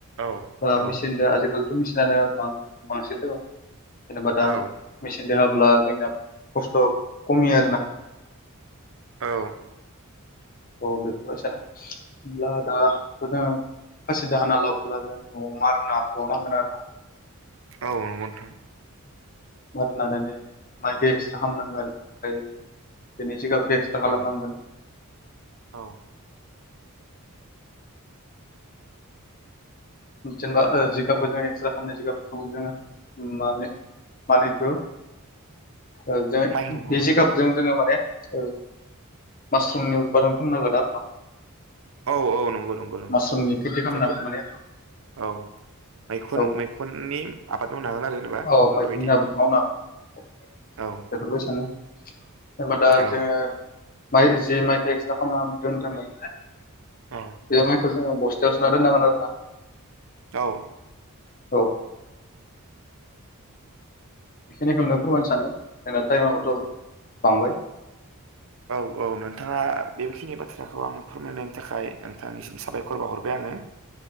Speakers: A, on the right (about 65°); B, on the left (about 40°).
A: औ
B: ओ
A: औ
B: मेचिनजों आजिखालिथ' मेसििनानो बांसिन दङ'। जेनेबा दा
A: औ
B: मेचिनजों होाब्ला जोंना खस्थ' खमि आरोना।
A: औ।
B: औ बेखौलस <unintelligible> <unintelligible> खस दाहान लाबो न मारना फ नांगोना
A: औ नंगौ नोथां
B: मोरै लानानै माबदि एक्सट्रा खालामामनांगो आरो ओमफाय बेनि सिगाबखौ एक्सर्रा खालामनांगोन
A: औ औ।
B: जेनेबा ओ जिगाबखौ जों एक्सरे खालामनाय जिगाबखौ जोङो माबे मानेबेखौ ओ जों
A: माइहुं हुङो
B: बे जिगाबजों जोङो माने औ मासरुमनि उतपादन खालामनांगोन आरो ना।
A: औ औ नंगौ नंगौ नंगौ
B: मासरुमनि खेथि खालामनांगोन
A: जायखौ
B: माने
A: औ मैखुन
B: औ
A: मैखुननि आबाद मावनो हागोन आरो जेनेबा
B: औ मैगुननि
A: बेबायदि
B: आाबो मावनो हागोन
A: औ
B: बेफोरबाय सानो जेनबा दा
A: औ
B: जोङो माइ जे माइखौ एक्स्रा खालामनानै दोनदोंमोन
A: औ
B: बेयावहाय ख बस्थायाव सोना दोननांगोन आरो दा
A: औ
B: औ बेखिनिखौनो फोरमायनो सानो जोंना टाइमाखौथ' बांबाय
A: औ औ नोंथाङा बेखिनि बाथ्राखौ आंनो फोरमायनायनि थाखाय नोंथांनिसिम साबायखर बावहरबाय आङो <inaudible>